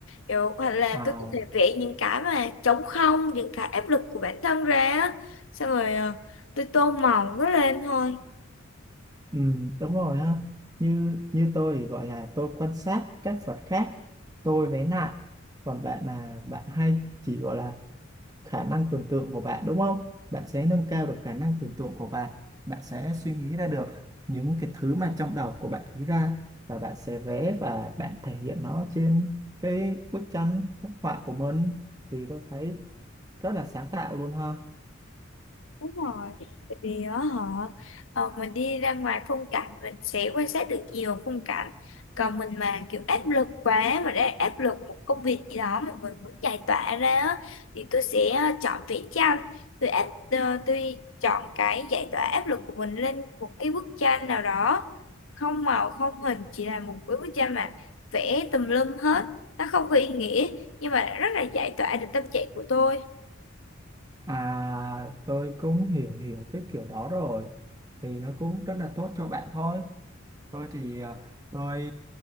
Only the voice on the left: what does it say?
kiểu hoặc là
tôi có thể vẽ những cái mà trống không những cái áp lực của bản thân ra á xong rồi ờ, tôi tô màu nó lên thôi
Đúng rồi, tại vì á họ ờ, mình đi ra ngoài phong cảnh mình sẽ quan sát được nhiều phong cảnh. Còn mình mà kiểu áp lực quá mà đã áp lực một công việc gì đó mà mình muốn giải tỏa ra á, thì tôi sẽ ờ, chọn vẽ tranh. Tôi áp ờ, tôi chọn cái giải tỏa áp lực của mình lên một cái bức tranh nào đó không màu không hình chỉ là một cái bức tranh mà vẽ tùm lum hết nó không có ý nghĩa nhưng mà rất là giải tỏa được tâm trạng của tôi